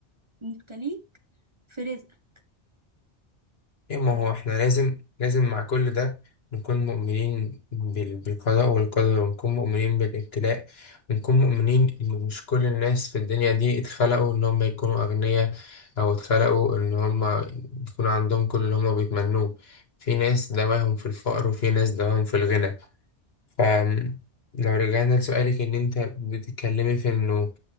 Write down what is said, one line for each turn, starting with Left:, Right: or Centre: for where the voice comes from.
Right: مبتليك في رزقك
Left: يا ما
Right: ف
Left: هو احنا لازم لازم مع كل ده نكون مؤمنين بال- بالقضاء والقدر ونكون مؤمنين بالابتلاء ونكون مؤمنين ان مش كل الناس في الدنيا دي اتخلقوا ان هم يكونوا اغنياء او اتخلقوا ان هم يكون عندهم كل اللي هم بيتمنوه في ناس دواهم في الفقر وفي ناس دواهم في الغنى فلو رجعنا لسؤالك ان انت بتتكلمي في انه